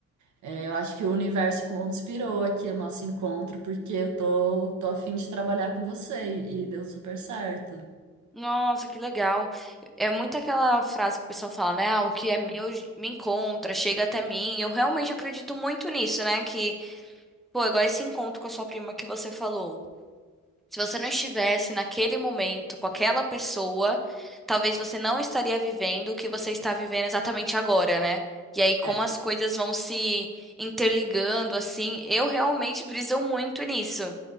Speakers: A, on the right; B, in the centre.
A: é, eu acho que o universo conspirou aqui o nosso encontro, porque eu tô, tô a fim de trabalhar com você e, e deu super certo.
B: Nossa, que legal. É muito aquela frase que o pessoal fala, né? Ah, o que é meu me encontra, chega até mim. Eu realmente acredito muito nisso, né? Que, pô, é igual esse encontro com a sua prima que você falou. Se você não estivesse naquele momento com aquela pessoa, talvez você não estaria vivendo o que você está vivendo exatamente agora, né? E aí, como
A: É.
B: as coisas vão se interligando, assim, eu realmente briso muito nisso.